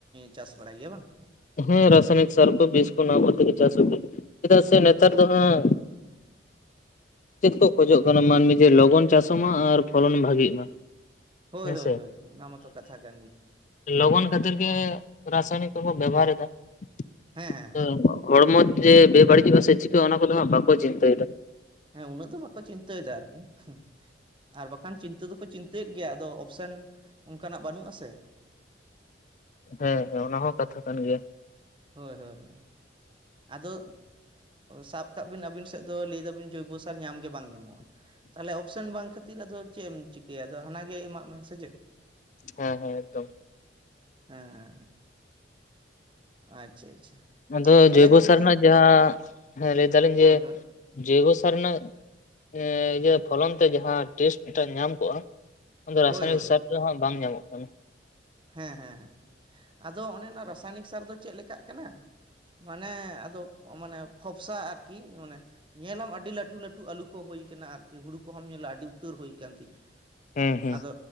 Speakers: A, on the right; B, on the left.
A: ᱪᱟᱥ ᱵᱟᱲᱟᱭ ᱜᱮᱭᱟ ᱵᱟᱝ᱾
B: ᱦᱮᱸ ᱨᱟᱥᱟᱭᱱᱤᱠ ᱥᱟᱨ ᱠᱚ ᱵᱤᱥ ᱠᱚ ᱱᱚᱣᱟ ᱠᱚᱛᱮ ᱜᱮ ᱪᱟᱥ <unintelligible> ᱪᱮᱫᱟᱜ ᱥᱮ ᱱᱮᱛᱟᱨ ᱫᱚ ᱦᱟᱸᱜ᱾ ᱪᱮᱫ ᱠᱚ ᱠᱷᱚᱡᱚᱜ ᱠᱟᱱᱟ ᱢᱟᱹᱱᱢᱤ ᱡᱮ ᱞᱚᱜᱚᱱ ᱪᱟᱥᱚᱜ ᱢᱟ ᱟᱨ ᱯᱷᱚᱞᱚᱱ ᱵᱷᱟᱜᱮᱜ ᱢᱟ᱾
A: ᱦᱳᱭ
B: ᱦᱮᱸᱥᱮ
A: ᱦᱳᱭ ᱦᱳᱭ ᱚᱱᱟ ᱢᱟᱛᱚ ᱠᱟᱛᱷᱟ ᱠᱟᱱ ᱜᱮ᱾
B: ᱞᱚᱜᱚᱱ ᱠᱷᱟᱹᱛᱤᱨ ᱜᱮ ᱨᱟᱥᱟᱭᱚᱱᱤᱠ ᱠᱚᱠᱚ ᱵᱮᱵᱷᱟᱨᱮᱫᱟᱛᱟᱹᱣ
A: ᱦᱮᱸ ᱦᱮᱸ
B: ᱦᱚᱲᱢᱚ ᱡᱮ ᱵᱮ ᱵᱟᱹᱲᱤᱡᱚᱜᱼᱟ ᱥᱮ ᱪᱤᱠᱟᱹᱜᱼᱟ ᱚᱱᱟ ᱠᱚᱫᱚ ᱦᱟᱸᱜ ᱵᱟᱠᱚ ᱪᱤᱱᱛᱟᱹᱭᱮᱫᱟ᱾
A: ᱦᱮᱸ ᱩᱱᱟᱹᱜ ᱫᱚ ᱵᱟᱠᱚ ᱪᱤᱱᱛᱟᱹᱭᱮᱫᱟ ᱟᱨᱠᱤ ᱦᱩᱸ ᱟᱨ ᱵᱟᱠᱷᱟᱱ ᱪᱤᱱᱛᱟᱹ ᱫᱚᱠᱚ ᱪᱤᱱᱛᱟᱹᱭᱮᱫ ᱜᱮᱭᱟ ᱟᱫᱚ ᱚᱯᱥᱮᱱ ᱚᱱᱠᱟᱱᱟᱜ ᱵᱟᱹᱱᱩᱜᱼᱟ ᱥᱮ᱾
B: ᱦᱮᱸ ᱦᱮᱸ ᱚᱱᱟ ᱦᱚᱸ ᱠᱟᱛᱷᱟ ᱠᱟᱱ ᱜᱮᱭᱟ᱾
A: ᱦᱳᱭ ᱦᱳᱭ ᱦᱳᱭ᱾ ᱟᱫᱚ ᱥᱟᱵ ᱠᱟᱜ ᱵᱤᱱ ᱟᱹᱵᱤᱱ ᱥᱮᱫ ᱫᱚ ᱞᱟᱹᱭ ᱫᱟᱵᱤᱱ ᱡᱳᱭᱵᱚ ᱥᱟᱨ ᱧᱟᱢ ᱜᱮ ᱵᱟᱝ ᱧᱟᱢᱚᱜᱼᱟ᱾ ᱛᱟᱦᱚᱞᱮ ᱚᱯᱥᱮᱱ ᱵᱟᱝ ᱠᱷᱟᱹᱛᱤᱨ ᱟᱫᱚ ᱪᱮᱫ ᱮᱢ ᱪᱤᱠᱟᱹᱭᱟ ᱟᱫᱚ ᱦᱟᱱᱟ ᱜᱮ ᱮᱢᱟᱜ ᱢᱮ ᱥᱮ ᱪᱮᱫ?
B: ᱦᱮᱸ ᱦᱮᱸ ᱮᱠᱫᱚᱢ᱾
A: ᱦᱮᱸ ᱦᱮᱸ ᱦᱮᱸ ᱾ ᱟᱪᱪᱷᱟ ᱟᱪᱪᱷᱟ᱾
B: ᱟᱫᱚ
A: ᱛᱟᱦᱚᱞᱮ
B: ᱡᱳᱭᱵᱚ
A: ᱜᱚᱝᱠᱮ
B: ᱥᱟᱨ ᱨᱮᱱᱟᱜ ᱡᱟᱦᱟᱸ ᱦᱮᱸ ᱞᱟᱹᱭ ᱫᱟᱞᱤᱧ
A: ᱦᱳᱭ
B: ᱡᱮ
A: ᱦᱳᱭ
B: ᱡᱳᱭᱵᱚ ᱥᱟᱨ ᱨᱮᱱᱟᱜ ᱮᱸ ᱤᱭᱟᱹ ᱯᱷᱚᱞᱚᱱ ᱛᱮ ᱡᱟᱦᱟᱸ ᱴᱮᱥᱴ ᱴᱟᱜ ᱧᱟᱢ ᱠᱚᱜᱼᱟᱼᱼ ᱚᱱᱟ ᱫᱚ ᱨᱟᱥᱟᱭᱱᱤᱠ
A: ᱦᱳᱭ ᱦᱳᱭ
B: ᱥᱟᱨ ᱨᱮᱫᱚ ᱦᱟᱸᱜ ᱵᱟᱝ ᱧᱟᱢᱚᱜ ᱠᱟᱱᱟ᱾
A: ᱦᱮᱸ ᱦᱮᱸ ᱦᱮᱸ ᱟᱫᱚ ᱚᱱᱮ ᱚᱱᱟ ᱨᱟᱥᱟᱭᱱᱤᱠ ᱥᱟᱨ ᱫᱚ ᱪᱮᱫ ᱞᱮᱠᱟᱜ ᱠᱟᱱᱟ᱾ ᱢᱟᱱᱮ ᱟᱫᱚ ᱢᱟᱱᱮ ᱯᱷᱚᱯᱥᱟ ᱟᱨᱠᱤ ᱢᱟᱱᱮ ᱧᱮᱞᱟᱢ ᱟᱹᱰᱤ ᱞᱟᱹᱴᱷᱩ ᱞᱟᱹᱴᱷᱩ ᱟᱹᱞᱩ ᱠᱚ ᱦᱩᱭ ᱟᱠᱟᱱᱟ ᱟᱨᱠᱤ ᱦᱩᱲᱩ ᱠᱚᱦᱚᱸᱢ ᱧᱮᱞᱟ ᱟᱹᱰᱤ ᱩᱛᱟᱹᱨ ᱦᱩᱭ ᱟᱠᱟᱱ ᱛᱤᱧᱟ᱾
B: ᱦᱩᱸ ᱦᱩᱸ
A: ᱟᱫᱚ